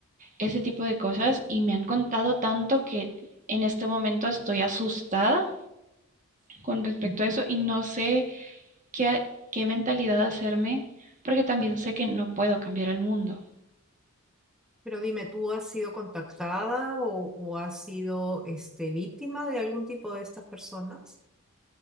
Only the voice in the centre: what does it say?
Mm.
Pero dime, ¿tú has sido contactada o, o has sido este, víctima de algún tipo de estas personas?